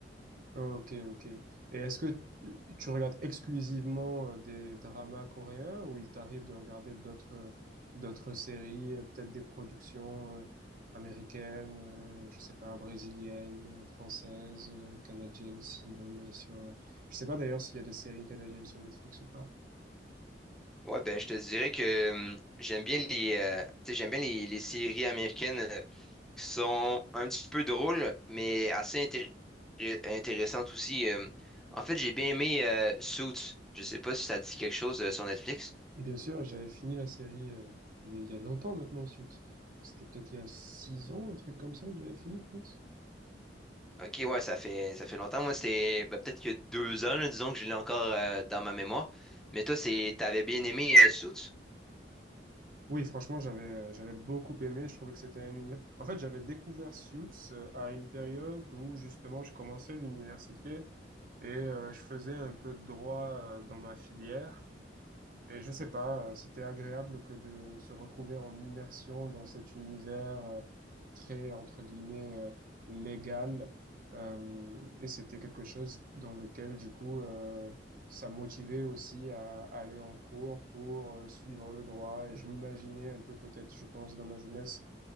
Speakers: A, on the right; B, in the centre.
A: Ok, ok. Et est-ce que t- tu regardes exclusivement euh, des dramas coréens ou il t'arrive de regarder d'autres euh, d'autres séries, euh, peut-être des productions euh, américaines, euh, je sais pas, brésiliennes, euh, françaises, euh, canadiennes, si l'on est sur... euh, Je sais pas d'ailleurs s'il y a des séries canadiennes sur Netflix ou pas.
B: Ouais, ben je te dirais que hum, j'aime bien les euh, tu sais, j'aime bien les, les séries américaines euh, qui sont un petit peu drôles, mais assez intér- intéressantes aussi. euh. En fait, j'ai bien aimé euh, Suits. Je sais pas si ça dit quelque chose euh, sur Netflix.
A: Bien sûr, j'avais fini la série euh, il y a, il y a longtemps maintenant, Suits. C'était peut-être il y a six ans, un truc comme ça que j'avais fini, je pense.
B: Ok, ouais, ça fait ça fait longtemps. Moi, c'était ben, peut-être qu'il y a deux ans, là, disons que je l'ai encore euh, dans ma mémoire. Mais toi, c'est t'avais bien aimé euh, Suits?
A: Oui, franchement, j'avais euh, j'avais beaucoup aimé. Je trouvais que c'était un univers. En fait, j'avais découvert Suits euh, à une période où justement je commençais l'université et euh, je faisais un peu de droit euh, dans ma filière. Et je sais pas, euh, c'était agréable que de se retrouver en immersion dans cet univers euh, très, entre guillemets, euh, légal. Euh, et c'était quelque chose dans lequel, du coup, euh, ça me motivait aussi à aller en cours pour euh, suivre le droit. Et je m'imaginais un peu, peut-être, je pense, dans ma jeunesse,